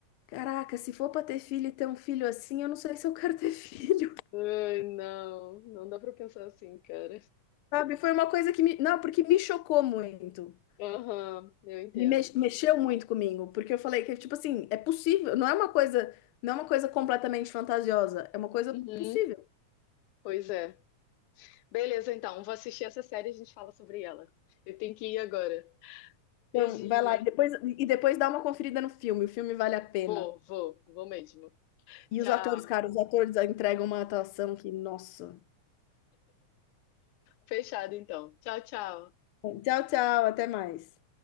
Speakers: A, on the left (about 70°); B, on the left (about 80°).
A: caraca, se for para ter filho e ter um filho assim, eu não sei se eu quero ter filho,
B: Ai, não, não dá pra pensar assim, cara.
A: <laughs> sabe? Foi uma coisa que me, não, porque me chocou muito.
B: Aham, eu entendo.
A: Me mex- mexeu muito comigo, porque eu falei que, tipo assim, é possível, não é uma coisa, não é uma coisa completamente fantasiosa, é uma coisa
B: Uhum,
A: possível.
B: pois é. Beleza, então, vou assistir essa série e a gente fala sobre ela. Eu tenho que ir agora. Beijinho.
A: Então, vai lá e depois, e depois dá uma conferida no filme, o filme vale a pena.
B: Vou, vou, vou mesmo.
A: E
B: Tchau.
A: os atores, cara, os atores entregam uma atuação que, nossa.
B: Fechado, então. Tchau, tchau.
A: Tchau, tchau, até mais.